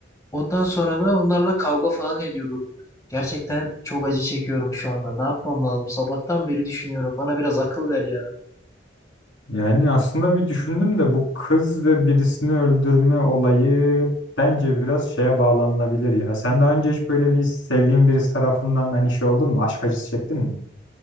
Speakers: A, on the left; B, on the left.
A: Ondan sonra da onlarla kavga falan ediyorduk. Gerçekten çok acı çekiyorum şu anda. Ne yapmam lazım? Sabahtan beri düşünüyorum. Bana biraz akıl ver ya.
B: Yani aslında bir düşündüm de bu kız ve birisini öldürme olayı bence biraz şeye bağlanılabilir ya. Sen daha önce hiç böyle bir sevdiğin birisi tarafından hani şey oldun mu? Aşk acısı çektin mi?